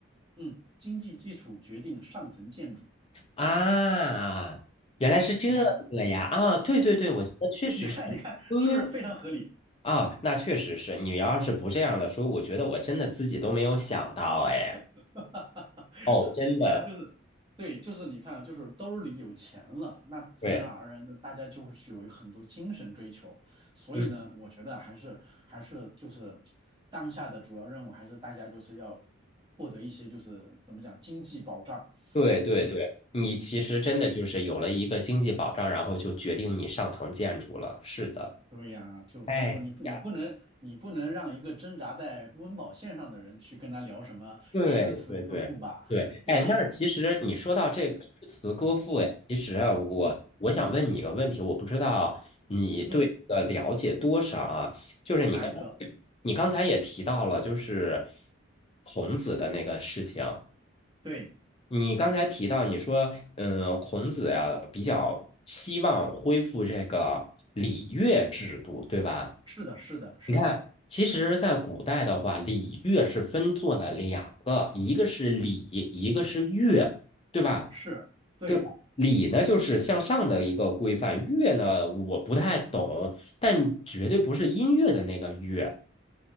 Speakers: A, on the right; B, on the left.
A: 嗯经济基础决定上层建筑。
B: 啊，原来是这个呀！
A: 你看。
B: 啊，对对对，我觉得确实是，
A: 你看，你看，
B: 对
A: 是不是非常合理？
B: 啊，那确实是。你要是不这样的说，我觉得我真的自己都没有想到，哎，
A: <laughs>
B: 哦，真的，
A: 你看，就是，对，就是你看，就是兜里有钱了，那自然而然的大家就会去有很多精神追求。
B: 对，
A: 所以呢，
B: 嗯，
A: 我觉得还是还是就是当下的主要任务，还是大家就是要获得一些就是怎么讲经济保障。
B: 对对对，
A: 嗯，
B: 你其实真的就是有了一个经济保障，然后就决定你上层建筑了。是的，
A: 对呀，就所以说你不你不能你不能让一个挣扎在温饱线上的人去跟他聊什么诗词歌赋吧，
B: 哎呀。对对对对，
A: 对吧？
B: 哎，那其实你说到这个诗词歌赋，
A: 嗯
B: 呀，其实啊，我我想问你一个问题，
A: 嗯嗯。嗯
B: 我不知道你对这个了解多少啊？
A: 嗯
B: 就是你刚才
A: 哪一个？
B: 你刚才也提到了，就是孔子的那个事情。
A: 对，
B: 你刚才提到，你说，嗯，孔子呀，比较希望恢复这个礼乐制度，对吧？
A: 是的，是的，是的，
B: 你看，其实，在古代的话，礼乐是分做了两个，一个是礼，一个是乐，对吧？
A: 是，对，
B: 对吧礼呢，就是向上的一个规范；乐呢，我不太懂，但绝对不是音乐的那个乐。